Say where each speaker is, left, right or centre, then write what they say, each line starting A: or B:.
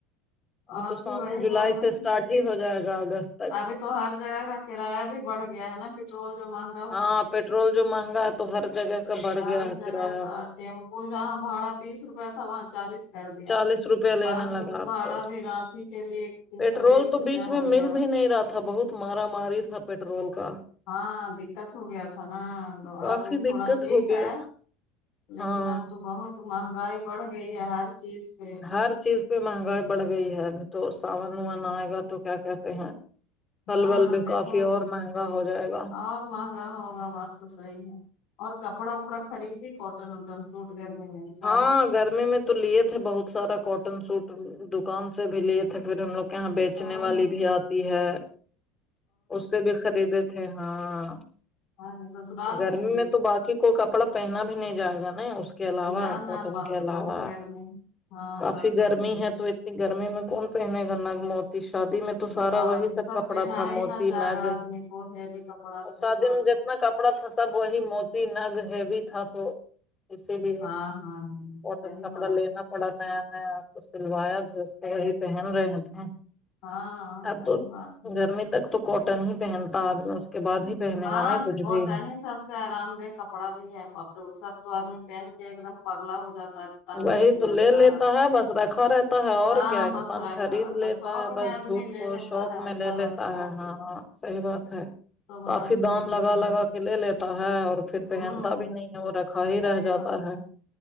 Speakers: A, on the left; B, on the left.
A: ابھی
B: اور
A: تو
B: پھر
A: سامن
B: وہی
A: جولائی
B: بول رہے
A: سے اسٹارٹ
B: ہیں
A: ہی
B: <unintelligible>
A: ہو جائے گا اگست تک
B: ابھی تو ہر جگہ کا کرایہ بھی بڑھ گیا ہے نا پٹرول جو مہنگ
A: ہاں پٹرول جو مہنگا ہے تو ہر جگہ کا بڑھ
B: ہر
A: گیا ہے
B: جگہ
A: کرایہ
B: کا ٹیمپو جہاں بھاڑا بیس روپیہ تھا وہاں چالیس کردیا
A: چالیس روپیہ لینے
B: بس
A: لگا
B: اس
A: اب
B: بھاڑا
A: تو
B: بھی رانچی کے لیے تین
A: پیٹرول
B: سو بیس
A: تو
B: روپیہ
A: بیچ میں
B: ہو گیا
A: مل بھی نہیں رہا تھا بہت مارا ماری تھا پٹرول کا
B: ہاں دقت ہوگیا تھا نا تو
A: کافی
B: اب تھوڑا
A: دقت
B: ٹھیک
A: ہو گیا
B: ہے
A: تھا۔
B: لیکن
A: ہاں
B: اب تو بہت مہنگائی بڑھ گئی ہے ہر چیز پہ
A: ہر چیز پہ مہنگائی بڑھ گئی ہے ابھی تو ساون واون آئے گا تو کیا کہتے ہیں ہل
B: ہاں
A: ول بھی
B: دیکھو
A: کافی اور مہنگا ہو جائے گا
B: اور مہنگا ہوگا بات تو صحیح ہے اور کپڑا اپڑا خریدی کاٹن انٹم سوٹ گرمی میں اس سال
A: ہاں گرمی میں تو لیے تھے بہت سارا کوٹن سوٹ دکان سے بھی لیے تھے پھر ہم لوگ کہاں بیچنے
B: ہاں
A: والی
B: ہاں
A: بھی آتی ہے اس سے بھی خریدے تھے ہاں
B: ہاں سسرال
A: گرمی
B: ہی
A: میں تو باقی کوئی کپڑا پہنا بھی نہیں جائے گا نا اس کے کے علاوہ
B: نہ نہ
A: کاٹن
B: باپ
A: کے علاوہ
B: رے بہت گرمی ہے ہاں
A: کافی
B: بات تو
A: گرمی
B: صحیح
A: ہے تو گرمی میں کون پہننے گا کا موس شادی میں تو سارا
B: باپ
A: وہی
B: وہ
A: سب کپڑا
B: پہنا
A: تھا
B: ہی
A: موتی
B: نہ جائے
A: نگ
B: گا آدمی کو ہیوی کپڑا
A: اور
B: صحیح
A: شادی
B: بات
A: میں جتنا
B: ہے
A: کپ ڑا تھا سب وہی موتی نگ ہیوی تھا تو اسی لیے
B: ہاں ہاں
A: اور
B: صحیح
A: کپڑا
B: بات
A: لینا بڑا نیا نیا کچھ سلوایا بھی اس کے پہن رہے تھے
B: ہاں
A: اب
B: صحیح
A: تو
B: بات ہے
A: گرمی تک تو کاٹن ہی پہنتا آدمی اس کے بعد ہی پہنے
B: ہاں
A: گا کچھ
B: کاٹن
A: بھی
B: سب سے آرام دہ کپڑا بھی ہے بپے سب تو آدمی پہن کے ایک دم پگلا ہو جاتا ہے گرمی
A: وہی تو
B: لگتا
A: لے لیتا ہے بس رکھا رہتا ہے اور
B: ہاں
A: کیا
B: بس
A: انسان
B: رکھا
A: خرید
B: رہتا
A: لے
B: شوق
A: تا ہے
B: میں
A: بس
B: آدمی
A: جھوٹ
B: لے
A: کو
B: لیتا
A: شوق
B: ہے اچھا
A: میں لے لیتا
B: لگتا
A: ہے
B: تو
A: ہاں صحیح بات ہے
B: تو بات
A: کافی دام
B: ہے ہی
A: لگا
B: ہے
A: لگا کے لے لیتا ہے اور پھر پہنتا
B: ہوں
A: بھی نہیں ہے وہ رکھا
B: صحیح
A: ہی رہ جاتا
B: بات
A: ہے